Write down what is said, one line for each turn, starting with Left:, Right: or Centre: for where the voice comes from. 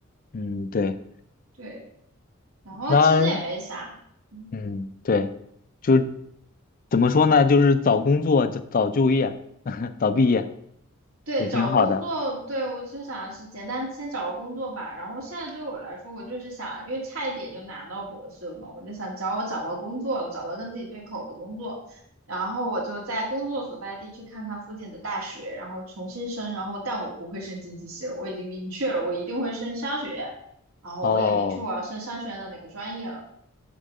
Left: 嗯，对，
Right: 对，然后其实也没啥，
Left: 那
Right: 嗯。
Left: 嗯，对，就怎么说呢？就是早工作，就早就业，<laughs> 早毕业
Right: 对，
Left: 也挺好的。
Right: 找工作，对，我其实想的是简单先找个工作吧。然后现在对我来说，我就是想，因为差一点就拿到博士了嘛，我就想，只要我找到工作了，找到跟自己对口的工作，然后我就在工作所在地去看看附近的大学，然后重新申。然后，但我不会申经济系了，我已经明确了，我一定会申商学。院。然后我也明确我要升商学院的哪个专业了。
Left: 哦，